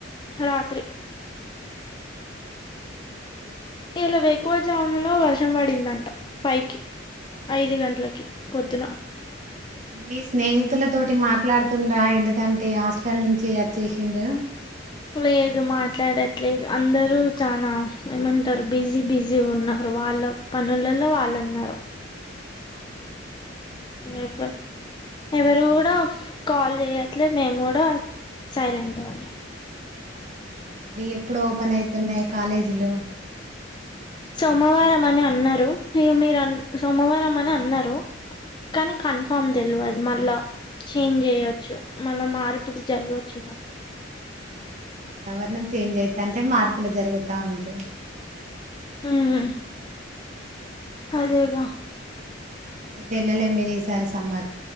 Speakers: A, on the left; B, on the right.
A: రాత్రి ఇలా ఎక్కువ జాముంలో వర్షం పడిందంట ఫైకి ఐదు గంట లకికి పొద్దున
B: మీ స్నేహితుల తోటి మాట్లాడుతుండా ఎందుకంటే హాస్టల్ నుంచి అచ్చేషిండు
A: లేదు మాట్లాడట్లేదు అందరూ చానా ఏమంటారు బిజీ బిజీ ఉన్నారు వాళ్ళ పనులలో వాళ్ళు ఉన్నారు
B: అవునా
A: ఎవ్వరు ఎవరు కూడా కాల్ చేయట్లే మేము కూడా సైలెంట్గా ఉన్నాం
B: అవునా మళ్ళీ ఎప్పుడు ఓపెన్ అయితున్నాయి కాలేజీలు
A: సోమవారం అని అన్నారు ఇహ మీరు సోమవారం అని అన్నారు కానీ కన్ఫార్మ్ తెల్వదు మళ్ళా చేంజ్ చేయొచ్చు మళ్ళా మార్పులు జరగచ్చుగా
B: అవునవును వాతావరణం చేంజ్ అయితంటే మార్పులు జరుగుతా ఉంటాయి
A: మ్ అదేగా
B: అయితే ఎల్లలె మీరు ఈసారి సమ్మర్